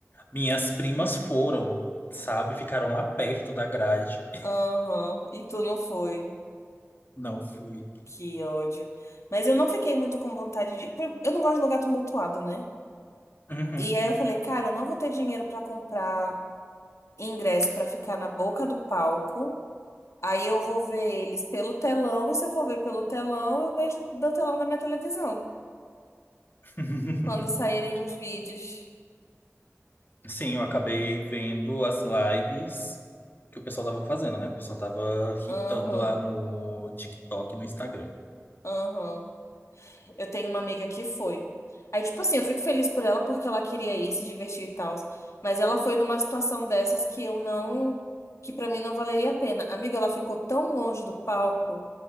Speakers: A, on the left; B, on the left.
A: Minhas primas foram, sabe? Ficaram lá perto da grade.
B: Aham, e tu não foi.
A: <laughs> Não fui.
B: Que ódio. Mas eu não fiquei muito com vontade de. Eu não gosto de lugar tumultuado, né?
A: Uhum.
B: E aí eu falei, cara, eu não vou ter dinheiro pra comprar ingresso pra ficar na boca do palco. Aí eu vou ver eles pelo telão, e se eu for ver pelo telão, eu vejo do telão da minha televisão,
A: <laughs>
B: quando saírem os vídeos.
A: Sim, eu acabei vendo as lives que o pessoal tava fazendo, né? O pessoal tava
B: Aham,
A: hitando lá no TikTok e no Instagram.
B: aham. Eu tenho uma amiga que foi. Aí, tipo assim, eu fico feliz por ela porque ela queria ir, se divertir e tal. Mas ela foi numa situação dessas que eu não, que pra mim não valeria a pena. Amiga, ela ficou tão longe do palco.